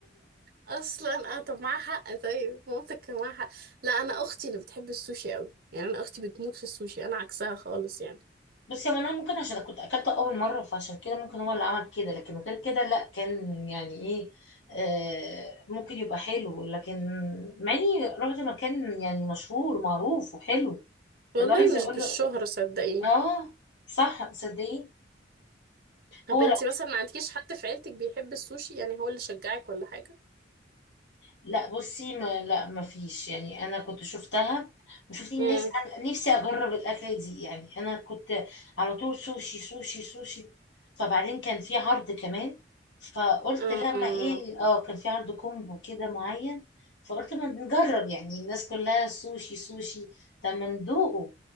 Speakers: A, on the right (about 55°); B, on the left (about 85°).
A: اصلا اه طب معاها حق طيب مامتك كان معاها حق لا انا اختي اللي بتحب السوشي قوي يعني انا اختي بتموت في السوشي انا عكسها خالص يعني
B: <laughs> بس يعني أنا ممكن عشان كنت أكلته أول مرة فعشان كده ممكن هو اللي عمل كده لكن غير كده لأ كان يعني إيه آه، ممكن يبقى حلو لكن مع إني رحت مكان يعني مشهور معروف وحلو فاللي
A: والله
B: هو عايزة
A: مش
B: أقول
A: بالشهرة
B: له
A: صدقيني
B: اه صح صدقي
A: طب
B: هو
A: انتي
B: لا
A: مثلا ما عندكيش حد في عيلتك بيحب السوشي يعني هو اللي شجعك ولا حاجة
B: لا بصي ما لا ما فيش يعني انا كنت شفتها وشفت الناس
A: امم
B: انا نفسي اجرب الاكله دي يعني انا كنت على طول سوشي سوشي سوشي فبعدين كان في عرض كمان فقلت
A: اه
B: لما ايه اه كان في عرض كومبو كده معين فقلت ما نجرب يعني الناس كلها سوشي سوشي طب ما ندوقه